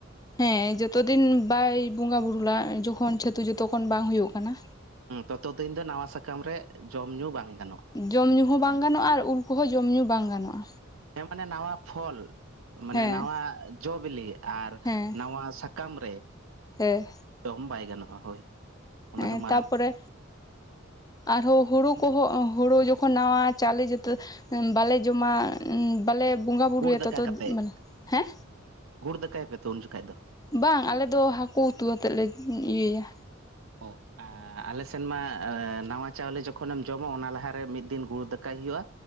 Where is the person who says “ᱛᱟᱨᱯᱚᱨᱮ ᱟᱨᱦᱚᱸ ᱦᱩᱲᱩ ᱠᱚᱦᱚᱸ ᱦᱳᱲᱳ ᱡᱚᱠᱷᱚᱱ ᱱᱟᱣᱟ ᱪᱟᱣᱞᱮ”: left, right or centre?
Left